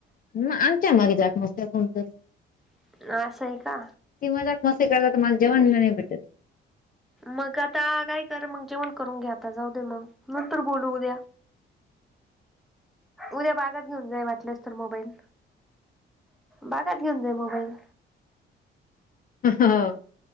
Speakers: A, on the left; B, in the centre.
A: म आमच्या मागे जात नसत कोण कोण
B: ना असं आहे का
A: ती मजात मस्ती करतात माझ जेवण नाही भेटत.
B: मग आता काय कर मग जेवण करून घे आता जाऊ दे मग नंतर बोलू उद्या. उद्या बागात घेऊन जाई वाटल्यास तर मोबाईल बागात घेऊन जाई मोबाईल
A: हो